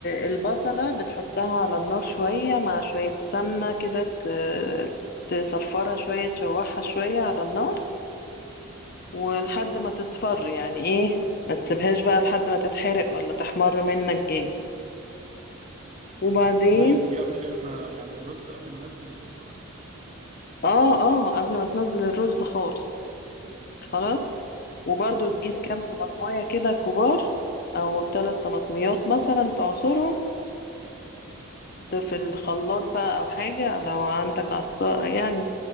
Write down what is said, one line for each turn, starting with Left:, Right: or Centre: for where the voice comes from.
Left: البصلة بتحطها على النار شوية مع شوية سمنة كده ت... تصفرها شوية تشوحها شوية على النار ولحد ما تصفر يعني ايه ما تسيبهاش بقى لحد ما تتحرق ولا تحمر منك جامد وبعدين
Right: تمام دي قبل ما يعني الرز قبل ما انزل الرز اصلا
Left: اه اه قبل ما تنزل الرز خالص خلاص وبرضو تجيب
Right: خلاص
Left: كام طماطماية
Right: تمام
Left: كده كبار او ثلاث طماطميات مثلا تعصرهم ده في الخلاط بقى او حاجة لو عندك عصا يعني